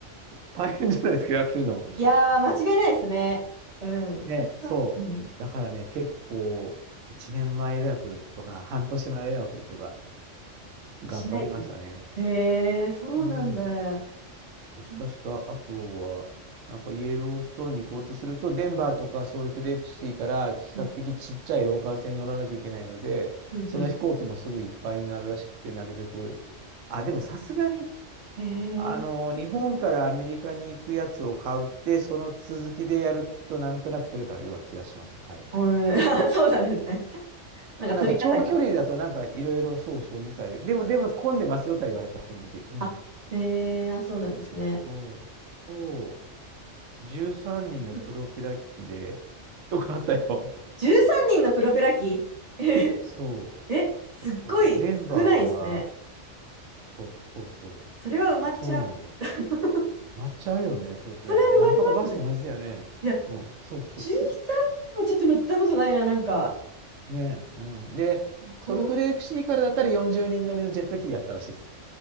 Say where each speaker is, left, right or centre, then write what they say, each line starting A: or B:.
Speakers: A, on the right; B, on the right.
A: 大変じゃないですか、予約するの。<laughs>
B: いやー、間違いないですね。うん。それは、
A: ね、そう。
B: うん
A: だからね、結構、1年前予約とか、半年前予約とか、頑張りましたね。
B: しないといけないへえ、そうなんだ。
A: うん。そしたした、
B: うん
A: あとは、なんかイエローストーンに行こうとすると、デンバーとかソルトレイクシティから比較的ちっちゃいローカル線に乗らなきゃいけないので、
B: うん、うん、
A: その飛行機もすぐいっぱいになるらしくて、
B: うん
A: なるべく。あ、でもさすがに、
B: へえ、
A: あの、
B: <laughs>
A: 日本からアメリカに行くやつを買うって、その続きでやるとなんとなく取れたような気がします。はい。
B: うん、<laughs> あそうなんですね。なんか取り方が。
A: なんか長距離だとなんかいろいろそうそうみたいで、でも、でも混んでますよとは言われた、その時。うん。
B: あ、へえ、あ、そうなんですね。
A: そう。そう。13人のプロペラ機で、
B: うん
A: とかあったよ。
B: 13人のプロペラ機 <laughs>
A: そ
B: え、すっごい少ないですね。
A: う。デンバーから、そうそうそう。
B: それは埋まっちゃう。
A: そうなのよ。
B: <laughs>
A: 待っちゃうよね、そりゃ。
B: それ埋まりますね。
A: なんとかバスと同じだよね。
B: いや、
A: うん。そうそうそう。
B: 13人はちょっと乗ったことないな、なんか。
A: ねえ、うん。で、
B: こ
A: ソルトレークシーからだったら40人乗りのジェット機があったらしいです。